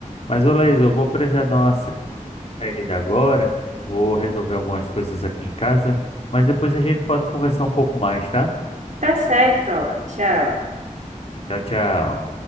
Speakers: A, on the left; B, on the right.
A: Mas, ô Laís, eu vou precisar dar uma saída agora, vou resolver algumas coisas aqui em casa, mas depois a gente pode conversar um pouco mais, tá?
B: Tá certo, ó. Tchau.
A: Tchau, tchau.